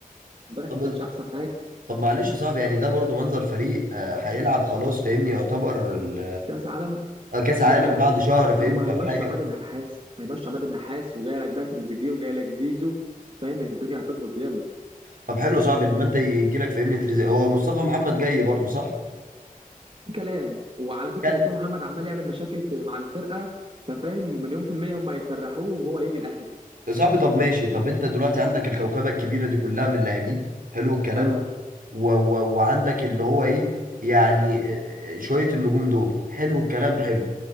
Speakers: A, on the right (about 40°); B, on the right (about 70°).
A: امبارح
B: طب
A: ما كانش احسن حاجه
B: طب معلش يا صاحبي يعني ده برضو منظر فريق آه، هيلعب خلاص فاهمني يعتبر ال...
A: كاس عالم
B: آه، كأس عالم
A: لا لا
B: بعد
A: لا
B: شهر فاهمني
A: هم هيمشوا
B: ولا حاجة
A: عماد النحاس هيمشوا عماد النحاس وجاي لك بقى تريزيجيه وجاي لك زيزو فاهم الدنيا هتظبط جامد
B: طب حلو يا صاحبي لما أنت يجي لك فاهمني تريزي هو مصطفى محمد جاي برضو صح؟
A: في كلام وعلى فكره
B: يا
A: مصطفى محمد عمال يعمل مشاكل في مع الفرقه ففاهم مليون في المية هم هيسرحوه وهو هيجي الأهلي
B: صاحبي طب ماشي طب أنت دلوقتي عندك الكوكبة الكبيرة دي كلها من اللاعبين حلو الكلام
A: اه
B: و و وعندك اللي هو ايه يعني آه، آه، شوية النجوم دول حلو الكلام حلو